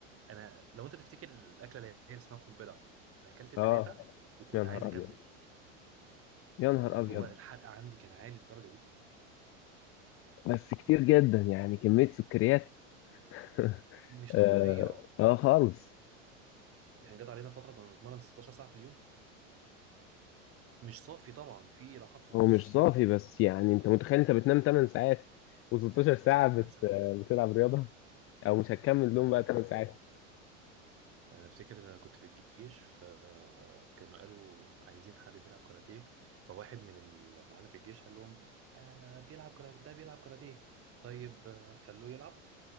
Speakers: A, on the right; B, on the left.
A: انا لو انت تفتكر الاكله اللي هي اسمها قنبله انا اكلت ثلاثه
B: اه
A: وكنت
B: يا نهار
A: عايز اكمل
B: ابيض يا
A: آه،
B: نهار
A: اللي
B: ابيض
A: هو الحرق عندي كان عالي للدرجه دي
B: بس كتير جدا يعني كميه سكريات <laughs>
A: مش طبيعيه
B: اه,
A: آه،
B: آه خالص
A: يعني جت علينا فتره كنا بنتمرن 16 ساعه في اليوم مش صافي طبعا في راحات في النص
B: هو مش صافي بس يعني انت متخيل انت بتنام 8 ساعات و16 ساعة بت...
A: 8 ساعات
B: بتلعب رياضة او مش هتكمل
A: آه،
B: لهم بقى 8 ساعات
A: انا افتكر لما كنت في الجيش فكانوا قالوا عايزين حد بيلعب كاراتيه فواحد من اللي معانا في الجيش قال لهم آه بيلعب كاراتيه ده بيلعب كاراتيه طيب آه خلوه يلعب